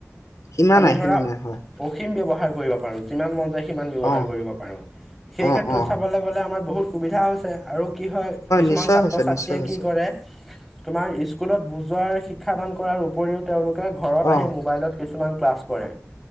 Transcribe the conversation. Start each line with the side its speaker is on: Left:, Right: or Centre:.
Left: সীমা
Centre: আমি
Left: নাই,
Centre: ধৰা
Left: সীমা নাই, হয়,
Centre: অসীম ব্য্ৱহাৰ কৰিব পাৰো, যিমান মন যায় সিমান ব্য্ৱহাৰ
Left: অঁ,
Centre: কৰিব পাৰো সেই
Left: অঁ,
Centre: ক্ষেত্ৰত
Left: অঁ,
Centre: চাবলৈ গ'লে আমাৰ বহুত সুবিধা হৈছে, আৰু কি হয় কিছুমান
Left: নিশ্চয়
Centre: ছাত্ৰ
Left: হৈছে,
Centre: ছাত্ৰীয়ে
Left: নিশ্চয় হৈছে।
Centre: কি কৰে তোমাৰ স্কুলত বুজোৱাৰ শিক্ষাদান কৰাৰ উপৰিও, তেওঁলোকে ঘৰত আহি
Left: অঁ,
Centre: মোবাইলত কিছুমান ক্লাছ কৰে